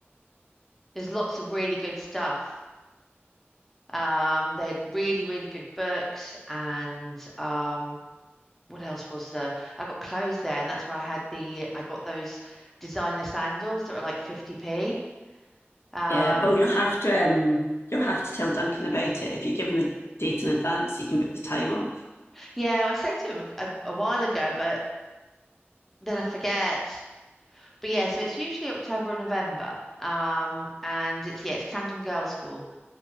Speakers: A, in the centre; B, on the left.
A: There's lots of really good stuff. Um, they're really, really good books and um, what else was there? I got clothes there, and that's where I had the I got those designer sandals that were like 50p. Um,
B: Yeah, well, you'll have to um, you'll have to tell Duncan about it. If you give him the date in advance, he can book the time off.
A: yeah, I said to him a, a while ago, but then I forget. But yeah, so it's usually October and November. Um, and it's yeah, it's Camden Girls' School.